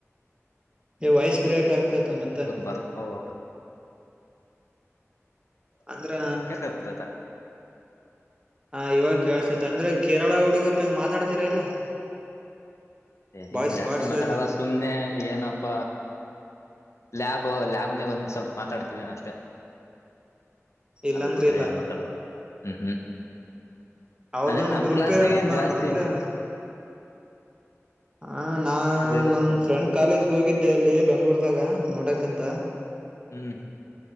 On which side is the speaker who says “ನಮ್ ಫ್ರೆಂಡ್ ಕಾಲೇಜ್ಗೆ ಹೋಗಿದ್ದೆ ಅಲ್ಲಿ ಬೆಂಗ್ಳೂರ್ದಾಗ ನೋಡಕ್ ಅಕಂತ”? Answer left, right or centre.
Right